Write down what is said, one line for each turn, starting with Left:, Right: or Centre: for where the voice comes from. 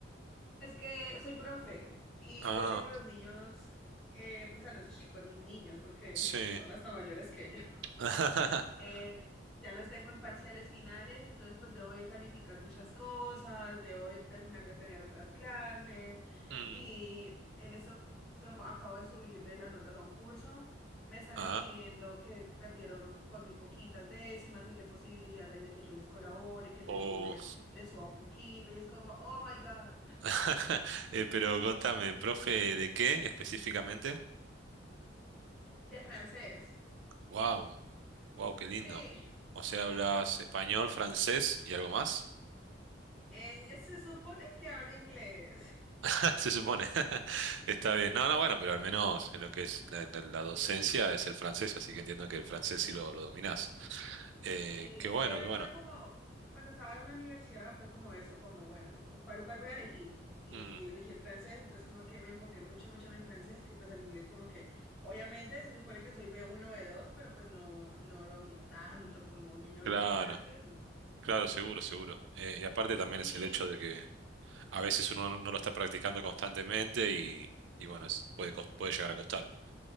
Centre: Es que soy profe y
Right: Ah,
Centre: yo tengo a los niños, eh, pues a los chicos, ni niños, porque
Right: sí.
Centre: <laughs> son hasta mayores que yo.
Right: <laughs>
Centre: eh, ya las tengo en parciales finales, entonces pues debo de calificar muchas cosas, debo de terminar de planear otras clases
Right: Mm,
Centre: y en esto esto acabo de subirle las notas a un curso. Me están
Right: Ah,
Centre: escribiendo que perdieron con muy poquitas décimas, que qué posibilidad hay de que yo les colabore, que les
Right: o...
Centre: sube, les suba un poquito, y es como, oh my God,
Right: <laughs> Eh, pero contame, profe, ¿de qué específicamente?
Centre: de francés.
Right: Wow, wow, qué lindo.
Centre: Sí,
Right: O sea, hablas español, francés y algo más.
Centre: eh, se supone que habla inglés.
Right: <laughs> Se supone. <laughs> Está bien. No, no, bueno, pero al menos en lo que es la, la- la docencia es el francés, así que entiendo que el francés sí lo, lo dominás. Eh,
Centre: Sí,
Right: qué
Centre: es
Right: bueno,
Centre: que
Right: qué bueno.
Centre: fue como, cuando estaba en la universidad fue como eso, como, bueno, ¿cuál, cuál voy a elegir? Y
Right: Mm,
Centre: elegí el francés, entonces como que me enfoqué mucho, mucho en el francés, que pues el inglés como que, obviamente se supone que soy b uno b dos, pero pues no, no lo domino tanto como domino
Right: claro,
Centre: el francés, no.
Right: claro, seguro, seguro. Eh, y aparte también
Centre: Sí,
Right: es el hecho de que a veces uno no, no lo está practicando constantemente y, y bueno, es- puede, cos- puede llegar a costar.